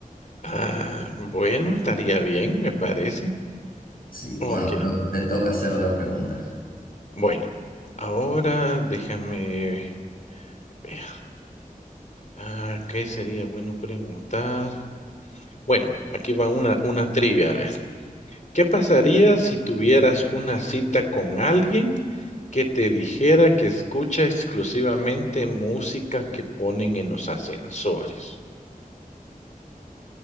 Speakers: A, on the left (about 55°); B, on the left (about 85°).
A: Ah, bueno, estaría bien, me parece.
B: sí. Bueno,
A: Ok,
B: creo que te toca hacer otra pregunta.
A: bueno, ahora déjame ver. Ah, ¿qué sería bueno preguntar? Bueno, aquí va una, una trivia, a ver. ¿Qué pasaría si tuvieras una cita con alguien que te dijera que escucha exclusivamente música que ponen en los ascensores?